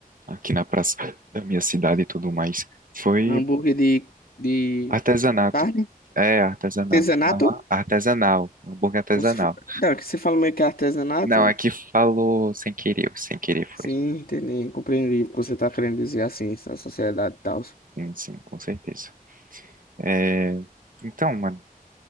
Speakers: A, on the right (about 65°); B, on the left (about 75°).
A: aqui na praça da minha cidade e tudo mais. Foi
B: Hambúrguer de, de
A: artesanato.
B: carne?
A: É, artesanal.
B: Artesanato?
A: Aham, Artesanal, um hambúrguer artesanal.
B: Você, fa- não, é que você fala meio que artesanato,
A: Não,
B: hein?
A: é que falou sem querer, sem querer
B: Sim,
A: foi.
B: entendi. Compreendi o que você tá querendo dizer assim, essa sociedade e tal.
A: Sim, sim, com certeza. É, Então, mano.